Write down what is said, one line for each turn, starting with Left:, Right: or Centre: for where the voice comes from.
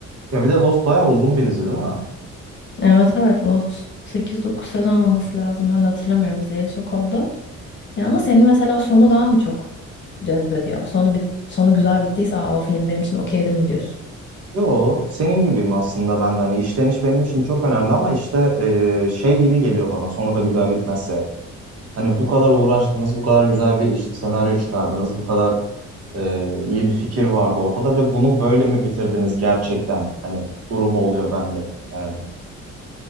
Right: Ya bir de Lost bayağı uzun bir dizi değil mi?
Left: Evet evet bu 8-9 sezon olması lazım. Ben de hatırlamıyorum izleyeli çok oldu. Ya, ama senin mesela sonu daha mı çok cezbediyor? Sonu bit sonu güzel bittiyse Aa, o film benim için okeydir mi diyorsun?
Right: Yo, senin gibiyim aslında ben de hani işleniş benim için çok önemli ama işte e, şey gibi geliyor bana Sonu da güzel bitmezse. Hani bu kadar uğraştınız, bu kadar güzel bir işte senaryo çıkardınız, bu kadar e, iyi bir fikir vardı ortada ve bunu böyle mi bitirdiniz gerçekten? Hani durumu oluyor bende yani.